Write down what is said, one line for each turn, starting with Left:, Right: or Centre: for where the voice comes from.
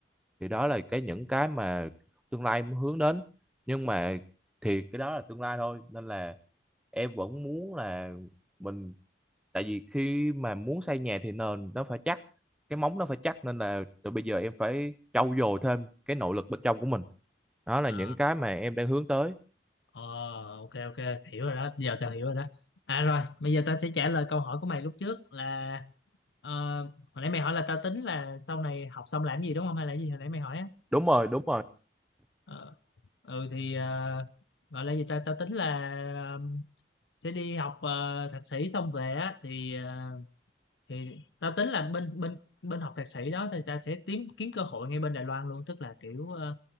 Centre: thì đó là cái những cái mà tương lai em hướng đến nhưng mà thì cái đó là tương lai thôi nên là em vẫn muốn là mình tại vì khi mà muốn xây nhà thì nền nó phải chắc cái móng nó phải chắc nên là từ bây giờ em phải trau dồi thêm cái nội lực bên trong của mình đó là
Left: Ờ
Centre: những cái mà em đang hướng tới
Left: Ờ, ok ok hiểu rồi đó giờ tao hiểu rồi đó à rồi bây giờ tao sẽ trả lời câu hỏi của mày lúc trước là ờ, hồi nãy mày hỏi là tao tính là sau này học xong làm gì đúng không hay là gì hồi nãy mày hỏi á
Centre: đúng rồi đúng rồi
Left: Ờ, ừ thì ờ, gọi là gì ta tao tính là ờ, sẽ đi học ờ, thạc sĩ xong về á thì ờ, thì tao tính là bên bên bên học thạc sĩ đó thì tao sẽ tìm kiếm cơ hội ngay bên Đài Loan luôn tức là kiểu ờ,